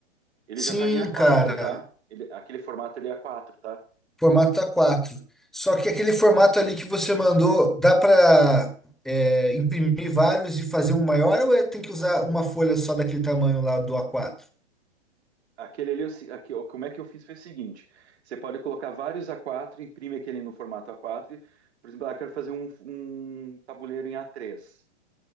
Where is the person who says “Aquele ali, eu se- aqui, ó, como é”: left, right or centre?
Right